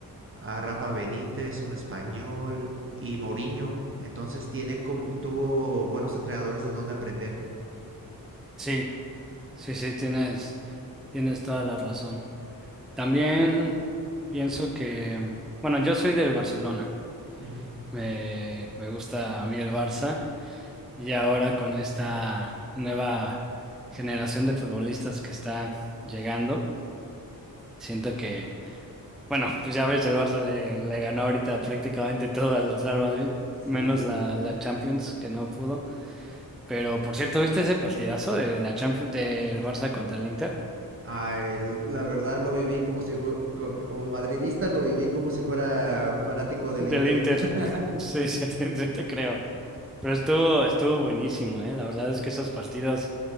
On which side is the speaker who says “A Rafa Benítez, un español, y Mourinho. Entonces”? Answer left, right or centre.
Right